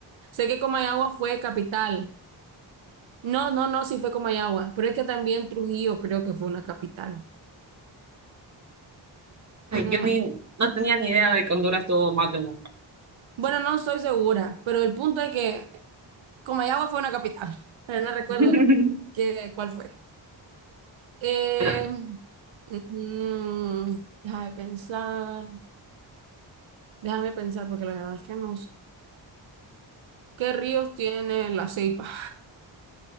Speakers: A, on the right; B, on the right.
A: sé que Comayagua fue capital. No, no, no, sí fue Comayagua, pero es que también Trujillo creo que fue una capital. Mm.
B: Yo ni, no tenía ni idea de que Honduras tuvo más de una.
A: Bueno,
B: Sí.
A: no estoy segura, pero el punto es que Comayagua fue una capital, <laughs> pero no recuerdo
B: <laughs>
A: qué, cuál fue. Eh,
B: Bueno,
A: mm, déjame pensar, déjame pensar, porque la verdad es que no sé. ¿Qué ríos tiene la Ceipa?